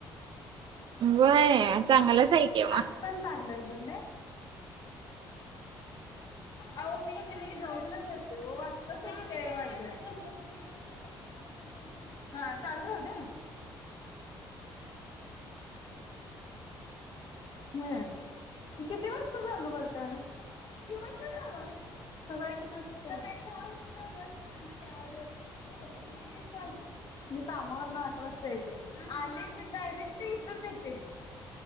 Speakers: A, on the right; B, on the left.
A: बय
B: खाली
A: चांगलाच आहेके मग
B: आज पण पार्लर बन अह मी त्यांनी जॉबलाचेत तेव वाटत सांगतय माझ मला स्वक करायच अस हा चाल होत्याेत ा तू किती वाजता चालू करताय दिवस पण चालू असते सकाळी किती सकाळी दहा वाजता चालू असते संध्याकाळी आठ वाजेपर्य आ पण साडेआठ वाजले मी कामावरून आठ वाजता येते आले की डायरेक्ट इेतच येते